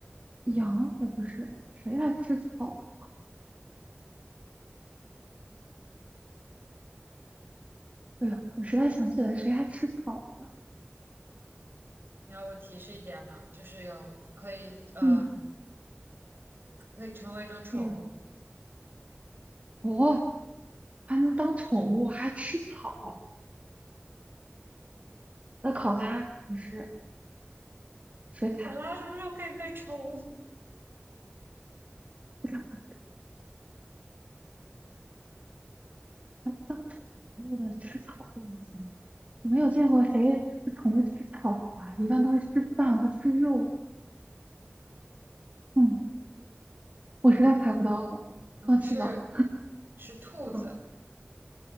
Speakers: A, on the right; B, on the right.
A: 羊也不是，谁还吃草？哎呀，我实在想不起来谁还吃草了。
B: 你要我提示一点嘛，就是有可以，呃，
A: 嗯，
B: 可以成为一种宠物。
A: 哎呦，哦，还能当宠物，还吃草？那考拉也是水獭，
B: 好啦，什么时候可以被宠物？
A: 不是还能当宠物的吃草的东西？我没有见过谁的宠物吃草啊，一般都是吃饭和吃肉。嗯，我实在猜不到了，
B: 嗯，
A: 放弃吧。
B: 是是兔子，
A: 嗯